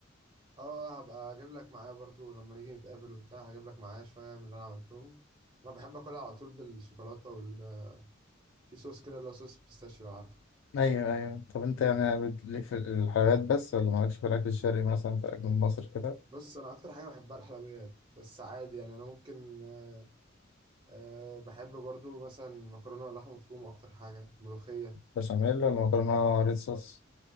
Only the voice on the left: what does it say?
أيوه أيوه طب أنت يعني بت- ليك في الحلويات بس ولا مالكش في الأكل الشرقي مثلا في الأكل المصري كده؟
بشاميل ولا مكرونة ريد صوص؟